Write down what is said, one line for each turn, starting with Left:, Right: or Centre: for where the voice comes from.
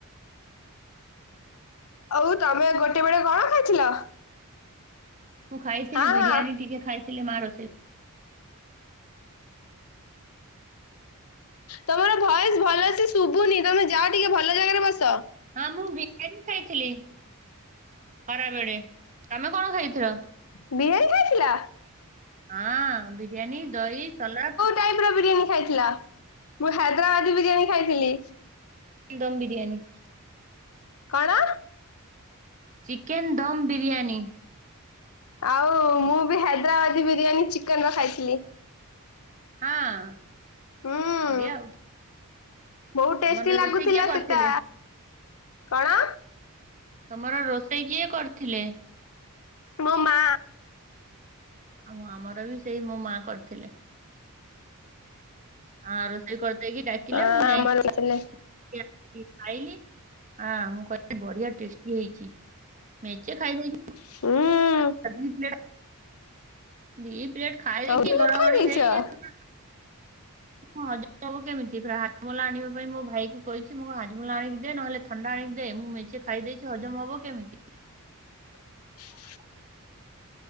Left: ହଉ ତମେ ଗୋଟେ ବେଳେ କଣ ଖାଇଥିଲ?
Right: ମୁଁ ଖାଇଥିଲି
Left: ହଁ
Right: ବିରିୟାନୀ
Left: ହଁ
Right: ଟିକେ ଖାଇଥିଲେ ମା ରୋଷେଇ
Left: ତମର ଭଏସ ଭଲ ସେ ଶୁଭୁନି ତମେ ଯାଅ ଟିକେ ଭଲ ଜାଗାରେ ବସ।
Right: ହଁ ମୁଁ ବିରିୟାନୀ ଖାଇଥିଲି ଖରା ବଳେ ତମେ କଣ ଖାଇଥିଲ?
Left: <unintelligible> ଖାଇଥିଲ?
Right: ହଁ ବିରିୟାନୀ ଦହି ସଲାଦ।
Left: ଟାଇପ୍ ର ବିରିୟାନୀ ଖାଇଥିଲ? ମୁଁ ହାଇଦ୍ରାବାଦୀ ବିରିୟାନୀ ଖାଇଥିଲି।
Right: ଦମ ବିରିୟାନୀ।
Left: କଣ?
Right: ଚିକେନ ଦମ୍ ବିରିୟାନୀ।
Left: ଆଉ ମୁଁ ବି ହାଇଦ୍ରାବାଦୀ ବିରିୟାନୀ ଚିକେନ ର ଖାଇଥିଲି।
Right: ହଁ
Left: ହୁଁ
Right: ବଢିଆ ଆଉ।
Left: ବହୁତ ଟେଷ୍ଟି
Right: ତମର
Left: ଲାଗୁଥିଲା
Right: ରୋଷେଇ କିଏ କରିଥିଲେ
Left: ସେଟା କଣ?
Right: ତମର ରୋଷେଇ କିଏ କରୁଥିଲେ?
Left: ମୋ ମା।
Right: ଆଉ ମୁଁ ଆମର ବି ସେଇ ମୋ ମା କରିଥିଲେ। ହଁ ରୋଷେଇ କରିଦେଇକି ଡାକିଲେ
Left: ହଁ
Right: ମୁଁ ଯାଇକି
Left: ଆମର ଥିଲେ
Right: <inaudible> ଖାଇଲି ହଁ ମୁଁ କହିଲି ବଢିଆ ଟେଷ୍ଟି ହେଇଛି ମେଚେ ଖାଇ ଦେଇ
Left: ହୁଁ
Right: ଦୁଇ ପେ ଦି ପ୍ଲେଟ ଖାଇକି
Left: ଆଉ ପ୍ଲେଟ
Right: ଘଡଘଡି
Left: ଖାଇ ଦେଇଛ?
Right: ହେଇକି
Left: <inaudible>
Right: ହଜ ହବ କେମିତି ପୁରା ହାଜମୁଲା ଆଣିବା ପାଇଁ ମୋ ଭାଇୁ କହିଛି ମଁକୁ ହାଜମୁଲା ଆଣିକି ଦିଏ ନହେଲେ ଥଣ୍ଡା ଆଣିକି ଦେ ମୁଁ ମେଚେ ଖାଇ ଦେଇଛି ହଜମ ହବ କେମିତି?
Left: <inaudible>